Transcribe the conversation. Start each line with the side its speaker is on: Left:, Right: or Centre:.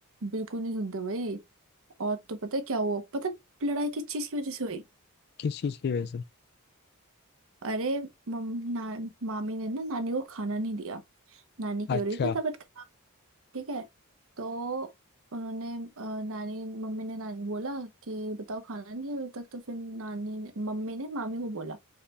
Right: बिल्कुल नहीं सुनते भाई और तो पता है क्या हुआ पता है लड़ाई किस चीज की वजह से हुई
Left: किस चीज की वजह से
Right: अरे मम, ना, मामी ने ना नानी को खाना नहीं दिया नानी की
Left: अच्छा
Right: हो रही थी तबीयत खराब ठीक है तो उन्होंने अ, नानी मम्मी ने नानी बोला कि बताओ खाना नहीं है अभी तक तो फिर नानी ने- मम्मी ने मामी को बोला